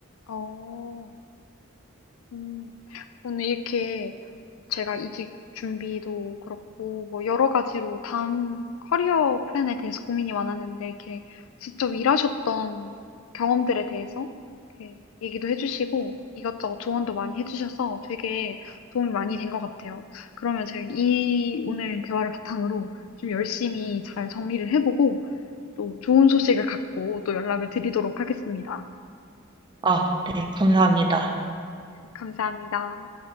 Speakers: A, on the left (about 80°); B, on the right (about 20°).
A: 어, 음. 오늘 이렇게 제가 이직 준비도 그렇고 뭐 여러 가지로 다음 커리어 플랜에 대해서 고민이 많았는데 이렇게 직접 일하셨던 경험들에 대해서 이렇게 얘기도 해주시고 이것저것 조언도 많이 해주셔서 되게 도움이 많이 된 것 같아요. 그러면 제가 이 오늘 대화를 바탕으로 좀 열심히 잘 정리를 해보고 또 좋은 소식을 갖고 또 연락을 드리도록 하겠습니다.
B: 아, 네, 감사합니다.
A: 감사합니다.